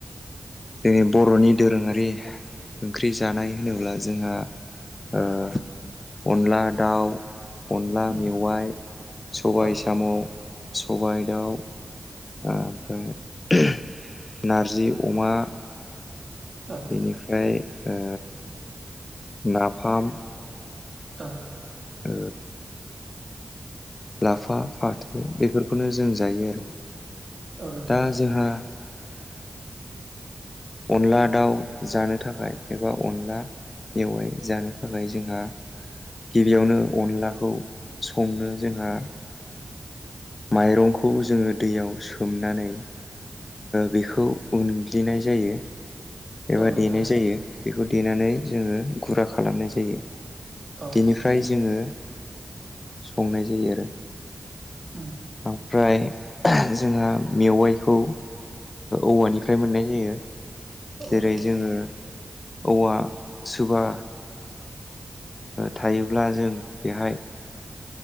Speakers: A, on the left (about 45°); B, on the right (about 60°).
A: जोंनि बर'नि दोरोङारि ओंख्रि जानाय होनोब्ला जोंहा ओ अन्ला दाउ अनला
B: उम
A: मेवाइ सबाइ
B: औ
A: साम' सबाइ दाउ ओमफ्राय नारजि अमा
B: औ
A: बेनिफ्राय ओ नाफाम
B: औ
A: ओ लाफा फाथो बेफोरखौनो जों जायो आरो
B: औ नोंथां
A: दा जोंहा अनला दाउ जानो थाखाय एबा अनला मेवाय जानो थाखाय जोंहा गिबियावनो अनलाखौ संनो जोंहा माइरंखौ जोङो दैयाव सोमनानै बेखौ उनग्लिनाय जायो एबा
B: औ नोंथां
A: देनाय जायो बेखौ देनानै जोङो गुरा खालामनाय जायो
B: औ
A: बेनिफ्राय जोङो संनाय जायो आरो
B: उम
A: ओमफ्राय जोंहा मेवाइखौ औवानिफ्राय मोननाय जायो
B: औ
A: जेरै
B: नोंथां
A: जोङो औवा सुबा थायोब्ला जों बेहाय